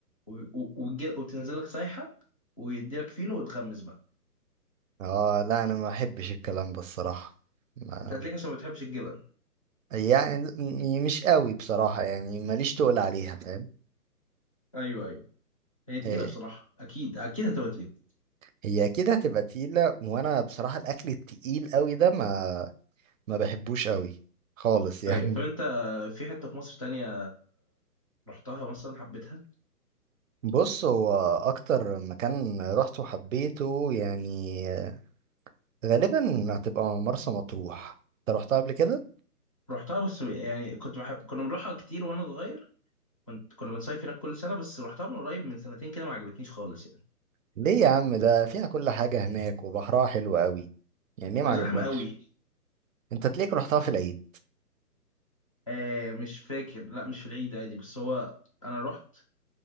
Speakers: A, on the left; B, on the right.
A: وب- و- وتج- وبتنزل لك سايحة ويديلك فينو وتغمس بقى
B: اه لا انا ما احبش الكلام ده الصراحة ما
A: انت هتلاقيك عشان ما بتحبش الجبن
B: يعني مش قوي بصراحة يعني ماليش تقول عليها فاهم
A: ايوه ايوه هي تقيلة
B: إيه،
A: بصراحة اكيد اكيد هتبقى تقيلة
B: هي كده هتبقى تقيلة وانا بصراحة الاكل التقيل قوي ده ما ما بحبوش قوي خالص يعني
A: ايوه طب انت في حتة في مصر تانية رحتها مثلا حبيتها
B: <laughs> بص هو اكتر مكان رحت وحبيته يعني آه، غالبا هتبقى مرسى مطروح انت رحتها قبل كده
A: رحتها بس يعني كنت بحب كنا بنروحها كتير وانا صغير كنت كنا بنصيف هناك كل سنة بس رحتها من قريب من سنتين كده ما عجبتنيش خالص يعني
B: ليه يا عم ده فيها كل حاجة هناك وبحرها حلو قوي يعني ليه ما
A: زحمة
B: عجبكش
A: قوي
B: انت تليك رحتها في العيد
A: آه مش فاكر لا مش في العيد عادي بس هو انا رحت